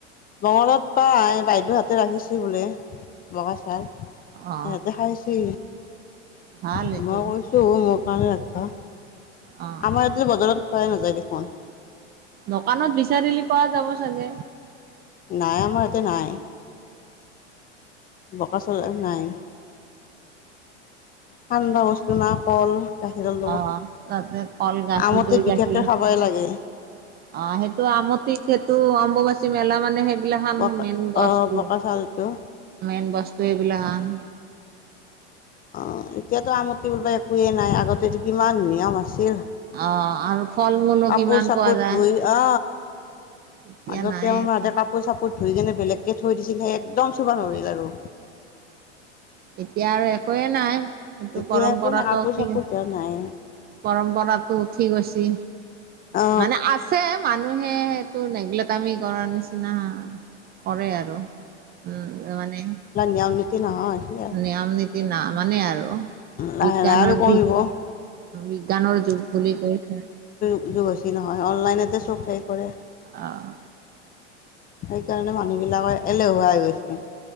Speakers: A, on the left (about 25°); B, on the right (about 25°).
A: বঙৰত পাই বাইদেউ হাত। ৰাখিছি বোলে। বগা চাউল সিহঁতে
B: অ
A: খাইছে।
B: ভাল
A: মই
B: এইটো
A: কৈছো মোক। পাল লাগভ। আমাৰ
B: অ অ
A: এইতি বজাৰত। খোৱায় নযায় দেখোন।
B: দোকানত বিচাৰিলি পোৱা যাব চাগে?
A: নাই, আমাৰ এতিয়া নাই। বকা চল নাই ঠাণ্ডা বস্তু না কল। গাখীৰৰ লগত
B: অ, তাতে কল গাখীৰ
A: আমটিত
B: দৈ
A: বিশেষকে
B: গাখীৰ অ,
A: খাবই লাগে
B: সেইটো আমতিত সেইটো অম্বব বচি মেলা মানে সেই এইবিলাখান
A: বকা
B: মেইন বস্তু
A: অ বকা চাউলটো
B: মেইন বস্তু এইবিলাান।
A: অ, এতিয়াতো আমতি বোলবা একোৱেই নাই আগতেতো কিমান নিয়ম আছিল।
B: অ আৰু ফল মূলো
A: কাপোৰ
B: কিমান
A: চাপোৰ
B: পোৱা যায়।
A: ধুই অ
B: এতিয়া
A: আগতে
B: নাই
A: আমাৰ
B: একো
A: মা হঁতে কাপোৰ চাপোৰ ধুই কেনে বেলেগ। মোক থৈ দিছিল সে একদম চুবা নৰিল আৰু।
B: এতিয়া আৰু একোৱে নাই, সেই
A: এতিয়া
B: পৰম্পৰাটো
A: একো নাই কাপোৰ
B: উঠি
A: চাপোৰ
B: গৈছে
A: ধোৱা নাই
B: পৰম্পৰাতটো উঠি গৈছে
A: অ
B: মানে আছে। মানুহে সেইটো নেগলেক্টামি কৰাৰ নিচিনা। কৰে আৰু উম মানে।
A: ই নীতি নহয়। সেয়া
B: নিয়ম নীতি নামানে আৰু
A: লাহে
B: বিজ্ঞানৰ
A: লাহে আৰু কমিব
B: বিগ বিজ্ঞানৰ যুগ বুলি কৈ থয়।
A: জোৰ কৰিছিল নহয় অনলাইননে। তাতে চফাই কৰে।
B: অ'
A: সেইকাৰণে মানুহবিলাক এলেহুৱা হৈ গৈছে।